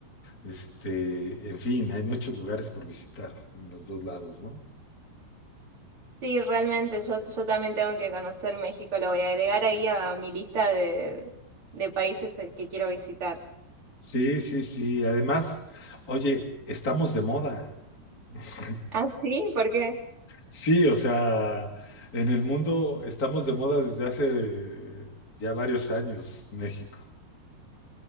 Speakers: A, on the left; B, on the right.
A: Este, en fin, hay muchos lugares por visitar en los dos lados, ¿no?
B: Sí, realmente yo, yo también tengo que conocer México, lo voy a agregar ahí a mi lista de, de países que quiero visitar.
A: Sí, sí, sí. Además, oye, estamos de moda. <laughs>
B: Ah, sí, ¿por qué?
A: Sí, o sea, en el mundo estamos de moda desde hace ya varios años, México.